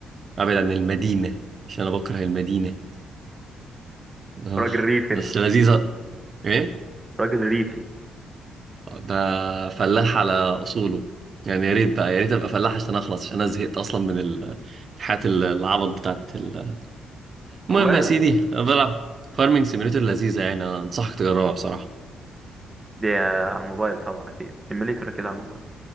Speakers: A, on the right; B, on the right.
A: ابعد عن المدينه عشان انا بكره المدينه اه
B: راجل ريفي
A: بس
B: أنت
A: لذيذه ايه
B: راجل ريفي
A: ده فلاح على اصوله يعني يا ريت بقى يا ريت ابقى فلاح عشان اخلص عشان انا زهقت اصلا من ال- الحياة ال- العبط بتاعت ال... المهم
B: والله
A: يا
B: ال-
A: سيدي انا بلعب فارمنج سيميوليتر لذيذة يعني أنا انصحك تجربها بصراحة
B: دي على الموبايل طبعا أكيد سيميليتور أكيد على الموبايل